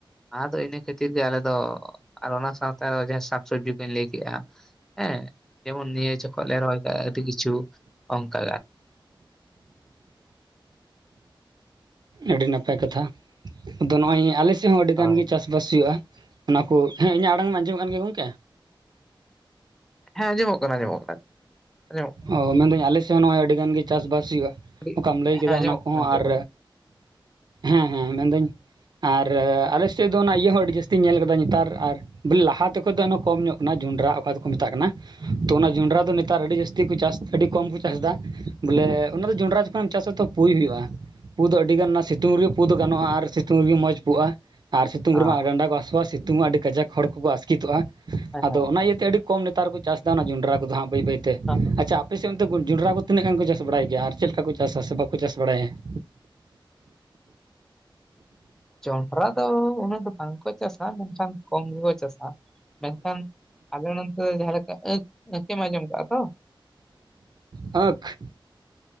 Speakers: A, in the centre; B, on the right.
A: ᱟᱫᱚ ᱤᱱᱟᱹ ᱠᱷᱟᱹᱛᱤᱨ ᱜᱮ ᱟᱞᱮᱚ ᱫᱚ ᱟᱨ ᱚᱱᱟ ᱥᱟᱶᱛᱮ ᱡᱟᱦᱟᱸ ᱥᱟᱠᱥᱚᱵᱽᱡᱤ ᱠᱚᱧ ᱞᱟᱹᱭ ᱠᱮᱜ-ᱟ ᱾ ᱦᱮᱸ ᱡᱮᱢᱚᱱ ᱱᱤᱭᱟᱹ ᱡᱚᱠᱷᱚᱡ ᱞᱮ ᱨᱚᱦᱚᱭ ᱠᱮᱫᱟ ᱟᱹᱰᱤ ᱠᱤᱪᱷᱩ ᱚᱝᱠᱟ᱾
B: ᱟᱹᱰᱤ ᱱᱟᱯᱟᱭ ᱠᱟᱛᱷᱟ ᱟᱫᱚ ᱱᱚᱜ ᱚᱭ ᱟᱞᱮ ᱥᱮᱫ ᱦᱚᱸ ᱟᱹᱰᱤ
A: ᱦᱳᱭ
B: ᱜᱟᱱ ᱜᱮ ᱪᱟᱥ ᱵᱟᱥ <unintelligible> ᱚᱱᱟ ᱠᱚ ᱦᱮᱸ ᱤᱧᱟᱹᱜ ᱟᱲᱟᱝ ᱟᱧᱡᱚᱢᱚᱜ ᱠᱟᱱ ᱜᱮᱭᱟ ᱜᱚᱝᱠᱮ?
A: ᱦᱮᱸ ᱟᱸᱡᱚᱢᱚᱜ ᱠᱟᱱᱟ ᱟᱸᱡᱚᱢᱚᱜ ᱠᱟᱱᱟ ᱟᱸᱡᱚᱢᱚᱜ ᱠᱟᱱᱟ ᱾
B: ᱚ ᱢᱮᱱᱮᱫᱟᱹᱧ ᱟᱞᱮᱥᱮᱫ ᱦᱚᱸ ᱟᱹᱰᱤ ᱜᱟᱱ ᱜᱮ ᱪᱟᱥ ᱵᱟᱥ ᱦᱩᱭᱩᱜᱼᱟ
A: ᱠᱟᱹᱴᱤᱡ,
B: ᱚᱠᱟᱢ ᱞᱟᱹᱭ
A: ᱦᱮᱸ
B: ᱠᱮᱫᱟ
A: ᱟᱸᱡᱚᱢᱚᱜ
B: ᱚᱱᱟ ᱠᱚᱦᱚᱸ
A: ᱠᱟᱱᱟ ᱱᱤᱛᱚᱜ
B: ᱟᱨ
A: ᱫᱚ
B: ᱦᱮᱸ ᱦᱮᱸ ᱢᱮᱱᱫᱟᱹᱧ, ᱟᱨ ᱟᱞᱮ ᱥᱮᱫ ᱫᱚ ᱚᱱᱟ ᱤᱭᱟᱹ ᱦᱚᱸ ᱟᱹᱰᱤ ᱡᱟᱹᱥ ᱛᱤᱧ ᱧᱮᱞ ᱠᱟᱫᱟ ᱱᱮᱛᱟᱨ ᱟᱨ ᱵᱚᱞ ᱞᱟᱦᱟᱛᱮ ᱠᱷᱚᱱ ᱫᱚ ᱮᱱᱚ ᱠᱚᱢ ᱧᱚᱜ ᱠᱟᱱᱟ ᱡᱚᱸᱰᱨᱟ ᱚᱠᱟ ᱫᱚᱠᱚ ᱢᱮᱛᱟᱜ ᱠᱟᱱᱟ, ᱛᱚ ᱚᱱᱟ ᱡᱚᱸᱰᱨᱟ ᱫᱚ ᱱᱮᱛᱟᱨ ᱟᱹᱰᱤ ᱡᱟᱹᱥ ᱛᱤ ᱠᱚ ᱪᱟᱥ ᱟᱹᱰᱤ ᱠᱚᱢ ᱠᱚ ᱪᱟᱥ ᱫᱟ, ᱵᱚᱞᱮ ᱚᱱᱟ ᱫᱚ ᱡᱚᱱᱰᱨᱟ ᱡᱚᱠᱷᱚᱱᱮᱢ ᱪᱟᱥᱟ ᱛᱚ ᱯᱩᱭ ᱦᱩᱭᱩᱜᱼᱟ ᱾ ᱯᱩ ᱫᱚ ᱟᱹᱰᱤ ᱜᱟᱱ ᱚᱱᱟ ᱥᱤᱛᱩᱝ ᱨᱮᱜᱮ ᱯᱩ ᱫᱚ ᱜᱟᱱᱚᱜᱼᱟ ᱟᱨ ᱥᱤᱛᱩᱝ ᱨᱮᱜᱮ ᱢᱚᱡᱽ ᱯᱩᱜᱼᱟ ᱾ ᱟᱨ ᱥᱤᱛᱩᱝ
A: ᱦᱮᱸ
B: ᱨᱮᱢᱟ ᱰᱟᱸᱰᱟ ᱠᱚ ᱦᱟᱥᱩᱣᱟ ᱥᱤᱛᱩᱝ ᱦᱚᱸ ᱟᱹᱰᱤ ᱠᱟᱡᱟᱠ ᱦᱚᱲ ᱠᱚᱠᱚ ᱟᱥᱠᱤᱛᱚᱜᱼᱟ
A: ᱦᱮᱸ
B: ᱟᱫᱚ ᱚᱱᱟ ᱤᱭᱟᱹᱛᱮ ᱟᱹᱰᱤ ᱠᱚᱢ ᱱᱮᱛᱟᱨ ᱠᱚᱠᱚ ᱪᱟᱥᱫᱟ ᱚᱱᱟ ᱡᱚᱸᱰᱨᱟ ᱠᱚᱫᱚ ᱦᱟᱸᱜ ᱵᱟᱹᱭ ᱵᱟᱹᱭ ᱛᱮ ᱾
A: <unintelligible>
B: ᱟᱯᱮ ᱥᱮᱜ ᱚᱱᱛᱮ ᱡᱚᱸᱰᱨᱟ ᱠᱚ ᱛᱤᱱᱟᱹᱜ ᱜᱟᱱ ᱠᱚ ᱪᱟᱥ ᱵᱟᱲᱟᱭ ᱜᱮᱭᱟ, ᱟᱨ ᱪᱮᱜ ᱞᱮᱠᱟ ᱠᱚ ᱪᱟᱥ ᱥᱮ ᱵᱟᱠᱚ ᱪᱟᱥ ᱵᱟᱲᱟᱭᱟ ᱾
A: ᱡᱚᱱᱰᱨᱟ ᱫᱚ ᱩᱱᱟᱹᱜ ᱫᱚ ᱵᱟᱝᱠᱚ ᱪᱟᱥᱟ ᱢᱮᱱᱠᱷᱟᱱ, ᱠᱚᱢ ᱜᱮᱠᱚ ᱪᱟᱥᱟ ᱾ ᱢᱮᱱᱠᱷᱟᱱ ᱟᱞᱮ ᱱᱚᱱᱛᱮ ᱫᱚ ᱡᱟᱦᱟᱸ ᱞᱮᱠᱟ ᱟᱸᱠᱷ ᱟᱸᱡᱚᱢ ᱠᱟᱜᱼᱟ ᱛᱚ ᱾
B: ᱟᱸᱠᱷ